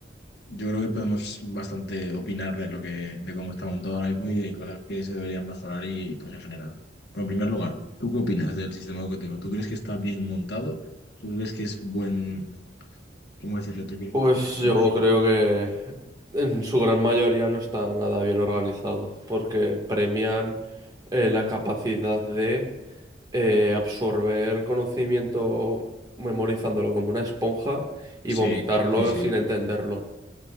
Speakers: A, on the left; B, on the right.
A: yo creo que podemos bastante opinar de lo que, de cómo está montado ahora mismo y de cosas que se deberían mejorar y, pues, en general. Pero en primer lugar, ¿tú qué opinas del sistema educativo? ¿Tú crees que está bien montado? ¿Tú crees que es buen, ¿cómo decirlo?
B: Pues yo
A: ¿Cómo decirlo?
B: creo que en su gran mayoría no está nada bien organizado, porque premian eh, la capacidad de eh, absorber conocimiento memorizándolo como una esponja y
A: Sí,
B: vomitarlo
A: sí, sí.
B: sin entenderlo.